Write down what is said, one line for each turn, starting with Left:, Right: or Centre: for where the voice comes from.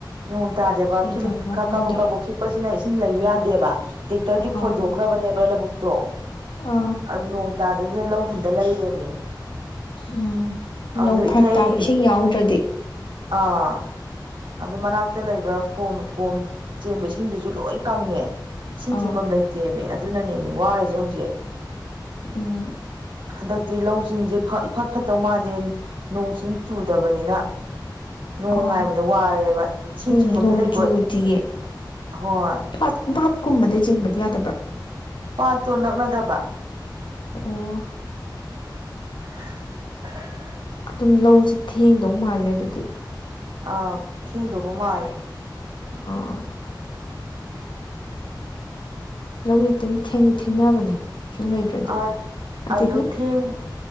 Right: ꯅꯣꯡ ꯇꯥꯗꯦꯕ
Left: ꯀꯩ
Right: ꯈꯤꯠꯂꯤꯛ
Left: ꯇꯧꯔꯤꯅꯣ ꯈꯪꯗꯦ
Right: ꯀꯥꯕꯣꯛ ꯀꯥꯕꯣꯛ ꯈꯤꯛꯄꯁꯤꯅ ꯏꯁꯤꯡ ꯂꯩꯌꯨ ꯌꯥꯗꯦꯕ ꯇꯦꯛꯇꯔꯗꯤ
Left: ꯑꯥ
Right: ꯈꯣꯏꯗꯣꯛꯈ꯭ꯔꯕꯅꯦꯕ꯭ꯔꯥ ꯂꯧꯕꯨꯛꯇꯣ
Left: ꯑꯥ
Right: ꯑꯗꯨ ꯅꯣꯡ ꯍꯇꯥꯗꯩꯁꯤꯗ ꯂꯧ ꯍꯨꯟꯗ ꯂꯩꯔꯦꯃꯦ
Left: ꯎꯝ
Right: ꯑꯗꯨ
Left: ꯂꯧ ꯐꯔꯛꯇꯥꯕ
Right: ꯏꯊꯩ
Left: ꯏꯁꯤꯡ ꯌꯥꯎꯗ꯭ꯔꯥꯗꯤ
Right: ꯑꯥ ꯑꯗꯨ ꯃꯅꯥꯛꯇ ꯂꯩꯕ ꯈꯣꯝ ꯀꯣꯝ ꯆꯦꯟꯕ ꯏꯁꯤꯡꯗꯨꯁꯨ ꯂꯣꯏ ꯀꯪꯉꯦ ꯏꯁꯤꯡ
Left: ꯑꯥ
Right: ꯆꯤꯡꯐꯝ ꯂꯩꯇꯦꯃꯤ ꯑꯗꯨꯅꯅꯦꯃꯤ ꯋꯥꯔꯤꯁꯦ ꯍꯧꯖꯤꯛ
Left: ꯎꯝ
Right: ꯍꯟꯗꯛꯇꯤ ꯂꯧꯁꯤꯡꯁꯦ ꯏꯐꯠ ꯐꯠꯇꯧ ꯃꯥꯟꯗꯦ ꯅꯣꯡ ꯁꯤꯡ ꯆꯨꯗꯕꯅꯤꯅ ꯅꯣꯡ
Left: ꯑ
Right: ꯉꯥꯏꯕꯗ ꯋꯥꯔꯦꯕ ꯏꯁꯤꯡ
Left: ꯎꯝ
Right: ꯆꯤꯡꯐꯝꯗ
Left: ꯅꯣꯡꯖꯨꯗꯤꯌꯦ
Right: ꯂꯩꯕ ꯍꯣꯏ
Left: ꯄꯥꯠ ꯄꯥꯠꯀꯨꯝꯕꯗꯩ ꯆꯤꯡꯕꯗꯤ ꯌꯥꯗꯕ꯭ꯔꯥ
Right: ꯄꯥꯠꯇꯣ ꯅꯛꯅꯗꯕ
Left: ꯑꯣ
Right: <unintelligible> <inaudible>
Left: ꯑꯗꯨꯝ ꯂꯧꯁꯦ ꯊꯦꯡꯗꯧ ꯃꯥꯜꯂꯦ ꯑꯗꯨꯗꯤ
Right: ꯑꯥ ꯊꯦꯡꯗꯧꯕ ꯃꯥꯜꯂꯦ
Left: ꯑ ꯂꯧꯁꯦ ꯑꯗꯨꯝ ꯊꯦꯡꯁꯨ ꯊꯦꯡꯅꯕꯅꯦ ꯏꯁꯤꯡ ꯂꯩꯇ꯭ꯔꯗꯤ
Right: ꯑꯥ
Left: ꯑꯗꯒꯤ
Right: ꯑꯗꯣ ꯊꯦꯡ